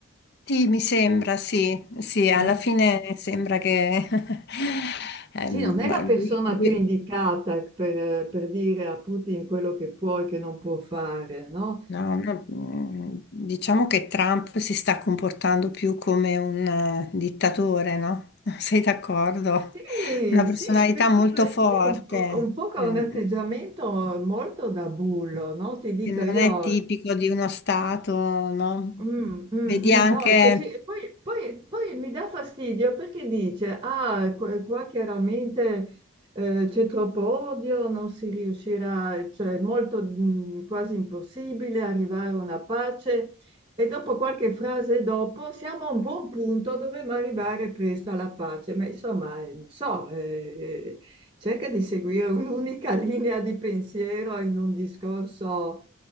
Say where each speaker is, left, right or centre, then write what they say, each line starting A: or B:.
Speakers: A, on the left (about 50°); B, on the right (about 25°).
A: Sì, mi sembra, sì, sì, alla
B: Mm.
A: fine sembra che <laughs> ehm,
B: Sì, non è
A: ma
B: la
A: lui-
B: persona
A: lui-
B: più indicata per, eh, per dire a Putin quello che può e che non può fare, no?
A: no, no, mm, diciamo che Trump si sta comportando più come un eh, dittatore, no? <laughs> Sei d'accordo?
B: Sì,
A: Una personalità
B: sì, perché
A: molto
B: parece
A: forte,
B: un, po' un po' che ha
A: mm,
B: un atteggiamento molto da bullo, no? Ti dico
A: che non
B: io,
A: è tipico di uno Stato, no?
B: Mm, mm,
A: Vedi
B: mm,
A: anche
B: no, è così. E Poi, poi- poi mi dà fastidio perché dice, ah, qua qua chiaramente eh, c'è troppo odio, non si riuscirà, cioè è molto mm, quasi impossibile arrivare a una pace. E dopo qualche frase dopo, siamo a un buon punto, dovremmo arrivare presto alla pace. Ma insomma, eh, non so, eh, eh, cerca di seguire un'unica <laughs> linea di pensiero in un discorso